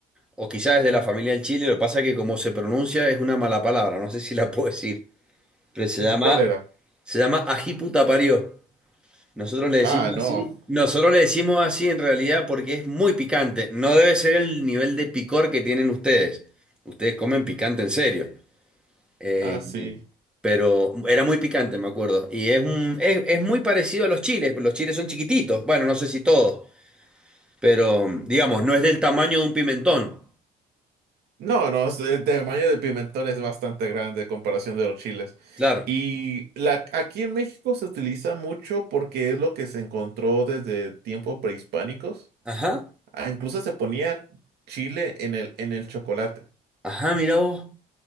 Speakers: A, in the centre; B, on the right.
A: o quizás es de la familia del chile, lo que pasa es que como se pronuncia es una mala palabra, no sé si la puedo decir, pero se
B: Mm,
A: llama,
B: ¿Cuál era?
A: se llama ají puta parió. Nosotros le decimos
B: Ah, no.
A: así, nosotros le decimos así en realidad porque es muy picante. No debe ser el nivel de picor que tienen ustedes. Ustedes comen picante en serio. Eh,
B: Ah, sí.
A: pero era muy picante, me acuerdo. Y es un, es, es muy parecido a los chiles. Los chiles son chiquititos. Bueno, no sé si todos, pero digamos, no es del tamaño de un pimentón.
B: No, no, es- el tamaño del pimentón es bastante grande en comparación de los chiles.
A: Claro.
B: Y la, aquí en México se utiliza mucho porque es lo que se encontró desde tiempos prehispánicos.
A: Ajá.
B: Ah, incluso se ponía chile en el, en el chocolate.
A: Ajá, mira vos.